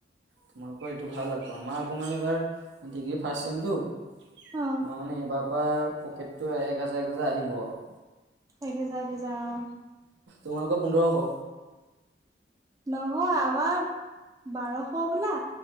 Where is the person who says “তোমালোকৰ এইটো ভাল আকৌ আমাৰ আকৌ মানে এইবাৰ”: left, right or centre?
Right